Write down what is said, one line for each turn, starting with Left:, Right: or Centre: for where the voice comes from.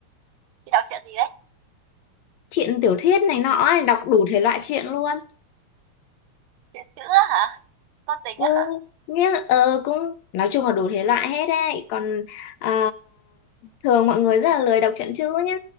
Right: chị đọc truyện gì đấy
Left: truyện tiểu thuyết này nọ ấy, đọc đủ thể loại truyện luôn
Right: truyện chữ á hả con tình
Left: Ừ,
Right: á hả?
Left: nghĩa là ờ, cũng nói chung là đủ thể loại hết đấy còn à, thường mọi người rất là lười đọc truyện chữ nhá